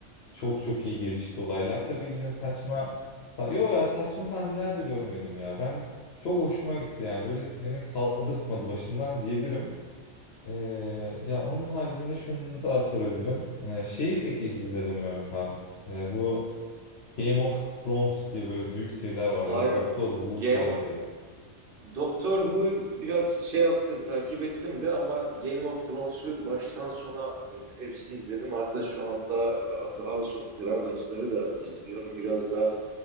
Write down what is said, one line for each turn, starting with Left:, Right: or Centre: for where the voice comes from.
Left: çok çok iyi gelişti olaylar. Tabii yine saçma, sa yo ya saçma sahneler de görmedim ya. Ben çok hoşuma gitti yani. Böyle beni kaldırtmadı başından diyebilirim. E, ya onun haricinde şunu daha sorabilirim. E, şeyi peki hiç izledin mi Mehmet abi? E, bu Game of Thrones diye böyle büyük seriler var
Right: Aynen.
Left: ya da Doktor Who
Right: Game
Left: tarzı.
Right: of Doctor Who biraz şey yaptım, takip ettim de ama Game of Thrones'u baştan sona e, hepsini izledim. Hatta şu anda e, The House of Dragons'ları da izliyorum. Biraz daha